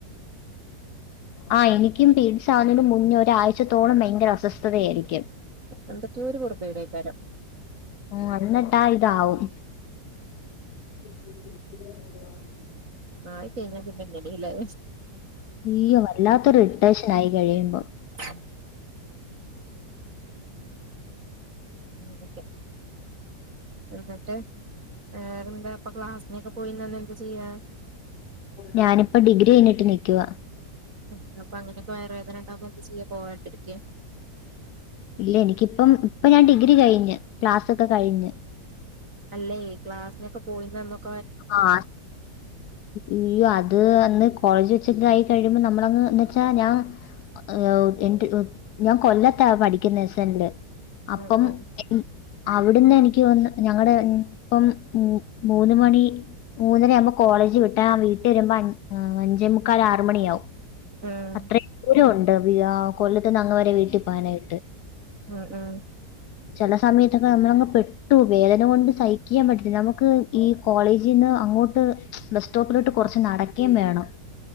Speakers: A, on the left; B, on the right.
A: ആ എനിക്കും പിരിസ് ആ മുന്നേ ഒരാഴേച്ച്ത്തോളം ഭയര അസ്വസ്ഥത ആയിരിക്കും
B: എന്തൊക്കെ ഒരു പൊർത്യേട് ആയിരിക്കും
A: ഉം എന്നിട്ടാ ഇതാവും <inaudible>
B: ആയിക്കെയിഞ്ഞാ പിന്നങ്ങനീല്ലേ
A: യ്യോ വല്ലാത്തൊരിറിട്ടേഷനായി കഴിയുമ്പോ
B: <inaudible> <unintelligible> എന്നട്ട് വേറെന്താപ്പൊ ക്ലാസിനൊക്കെ പോയീന്നന്ന് എന്ത് ചെയ്യാ
A: ഞാനിപ്പ ഡിഗ്രി കഴിഞ്ഞിട്ട് നിക്കുവാ
B: ഉം അപ്പങ്ങനെയൊക്കെ വയറുവേദനണ്ടാവുമ്പോ എന്ത് ചെയ്യ പോവാണ്ടിരിക്ക്യ
A: ഇല്ല എനിക്കിപ്പം ഇപ്പ ഞാൻ ഡിഗ്രി കയിഞ്ഞ് ക്ലാസ്സൊക്ക കഴിഞ്ഞ്
B: അല്ലേയ് ക്ലാസ്സിനൊക്കെ പോയിന്നന്നൊക്ക്
A: ആ <inaudible> ഉയ്യോ അത് അന്ന് കോളേജിവെച്ച് ഉച്ചെക്കായി കഴിയുമ്പം നമ്മളങ്ങ് എന്നുവെച്ചാ ഞാൻ <unintelligible> ഞാൻ കൊല്ലത്താ പഠിക്കുന്നെ എസ്സെൻല് അപ്പം
B: ഉം ഉം
A: എ <inaudible> അവിടുന്നെനിക് ത്തിയൊന്ന് ഞങ്ങള് ഉം പ്പം മൂ മൂന്ന് മണി മൂന്നരയാവുമ്പോ കോളേജ് വിട്ടാ വീട്ടിയരുമ്പ അഞ് ആ അഞ്ചേ മുക്കാൽ ആറ് മണിയാവും
B: ഉം
A: അത്ര <inaudible> ദൂരവൊൺ ട്ടവിയാ കൊല്ലത്ത്ന്ന് അങ്ങ് വരെ വീട്ടി പോവാനായിട്ട്
B: ആഹ് ആഹ്
A: ചെല സമയത്തൊക്കെ നമ്മളങ്ങ് പെട്ടൂ വേദന കൊണ്ട് സഹിക്ക്യാൻ പറ്റത്തില്ല നമുക്ക് ഈ കോളേജ് ജീന്ന് അങ്ങോട്ട് <inaudible> ബസ് സ്റ്റോപ്പിലോട്ട് കുറച്ച് നടക്കേം വേണം